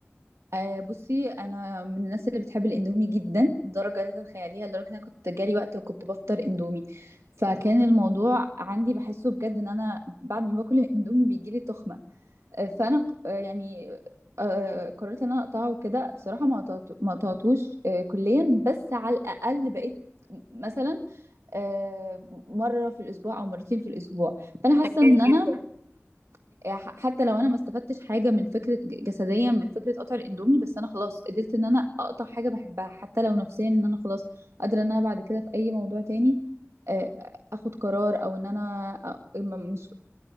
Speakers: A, on the right; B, on the right.
A: آه بصي انا من الناس اللي بتحب الاندومي جدا لدرجه لا تتخيليها لدرجه ان انا كنت جالي وقت وكنت بفطر اندومي فكان الموضوع عندي بحسه بجد ان انا بعد ما باكل الاندومي بيجيلي تخمه آه فانا ق- آه يعني آه قررت ان انا اقطعه وكده بصراحه ما قطعته ما قطعتوش آه كليا بس على الاقل بقيت مثلا آه مره في الاسبوع او مرتين في الاسبوع فانا حاسه
B: ده كويس
A: ان انا
B: جدا
A: آه، ح- حتى لو انا ما استفدتش حاجه من فكره ج- جسديا من فكره قطع الاندومي بس انا خلاص قدرت ان انا اقطع حاجه بحبها حتى لو نفسيا ان انا خلاص قادره ان انا بعد كده في اي موضوع تاني آه، اخد قرار او ان انا أ- م- مش